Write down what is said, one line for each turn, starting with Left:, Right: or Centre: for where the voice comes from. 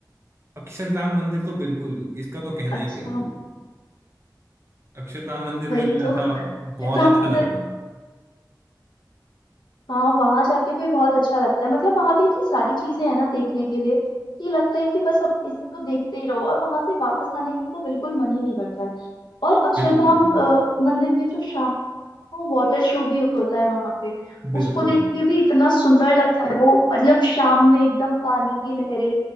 Right: अक्षरधाम मंदिर तो बिल्कुल इसका तो कहना
Left: अच्छा
Right: ही क्या अक्षरधाम मंदिर
Left: वही
Right: में गया
Left: तो अक्षरधाम
Right: था बहुत अच्छा लगा
Left: मंदिर हाँ वहां जाके भी बहुत अच्छा लगता है मतलब वहां भी इतनी सारी चीजें हैं ना देखने के लिए कि लगता है कि बस अब इसे तो देखते ही रहो और वहां से वापस आने का तो बिल्कुल मन ही नहीं करता है और अक्षरधाम
Right: बिल्कुल बिल्कुल
Left: अ, मंदिर में जो शाम वो वाटर शो भी होता है वहां पे
Right: बिल्कुल
Left: उसको देख के भी इतना सुंदर लगता है वो मतलब शाम में एकदम पानी की लहरें